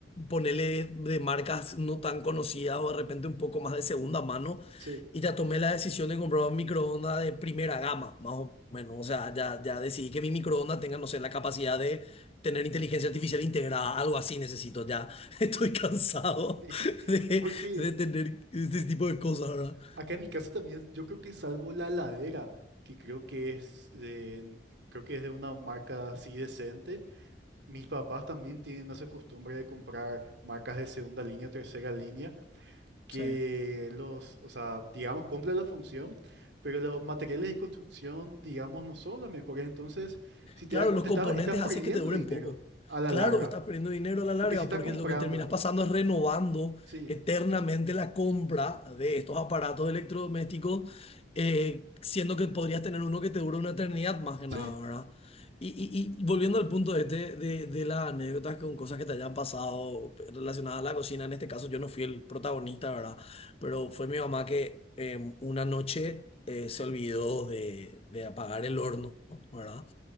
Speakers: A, on the left (about 35°); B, on the right (about 80°).
A: ponerle de marcas no tan conocidas o de repente un poco más de segunda mano.
B: sí.
A: Y ya tomé la decisión de comprar un microondas de primera gama, más o menos. O sea, ya, ya decidí que mi microondas tenga, no sé, la capacidad de tener inteligencia artificial integrada, algo así necesito ya. <laughs> Estoy cansado
B: Sí,
A: de,
B: Porque
A: de tener este tipo de cosas, ¿verdad?
B: acá en mi caso también, yo creo que salvo la heladera, que creo que es de, creo que es de una marca así decente, mis papás también tienen esa costumbre de comprar marcas de segunda línea o tercera línea, que
A: Sí.
B: los, o sea, digamos, cumplen la función, pero los materiales de construcción, digamos, no son los mejores. Entonces, si te
A: Claro,
B: das cuenta,
A: los componentes
B: estás, estás perdiendo
A: hacen que te duren
B: dinero
A: poco.
B: a la
A: Claro,
B: larga,
A: estás perdiendo dinero a la larga
B: porque si estás
A: porque
B: comprando,
A: lo que terminas pasando es renovando
B: sí,
A: eternamente la compra de estos aparatos electrodomésticos, eh, siendo que podrías tener uno que te dure una eternidad más que nada,
B: sí,
A: ¿verdad? Y, y- y volviendo al punto este de, de las anécdotas con cosas que te hayan pasado relacionadas a la cocina, en este caso yo no fui el protagonista, ¿verdad? Pero fue mi mamá que em, una noche eh, se olvidó de, de apagar el horno, ¿verdad?